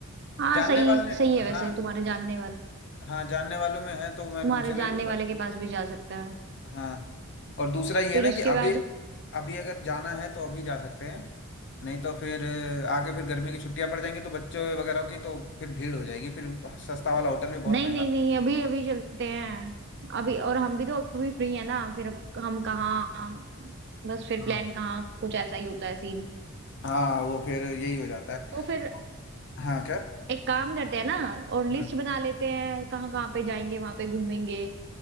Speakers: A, on the right; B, on the left.
A: हाँ
B: जानने
A: सही
B: वाले
A: सही है वैसे
B: हाँ
A: तुम्हारे जानने वाले
B: हाँ जानने वालों में है तो मैं
A: तुम्हारे
B: उनसे
A: जानने
B: ले लूँगा
A: वाले के पास भी जा सकते हैं
B: हाँ और दूसरा ये
A: फिर
B: है ना
A: उसके
B: कि अभी
A: बाद
B: अभी अगर जाना है तो अभी जा सकते हैं नहीं तो फिर अ, आगे फिर गर्मी की छुट्टियां पड़ जाएंगी तो बच्चों वगैरह की तो फिर भीड़ हो जाएगी फिर सस्ता वाला होटल भी बहुत
A: नहीं
B: महंगा
A: नहीं नहीं अभी अभी चलते हैं अभी
B: हम्म
A: और हम भी तो अभी फ्री है ना फिर हम कहाँ बस फिर
B: हाँ
A: प्लान कहाँ कुछ ऐसा ही होता है सीन
B: हाँ, वो फिर यही हो जाता है
A: तो फिर
B: हाँ क्या
A: एक काम करते हैं ना और लिस्ट
B: हम्म
A: बना लेते हैं कहाँ कहाँ पे जाएंगे वहां पे घूमेंगे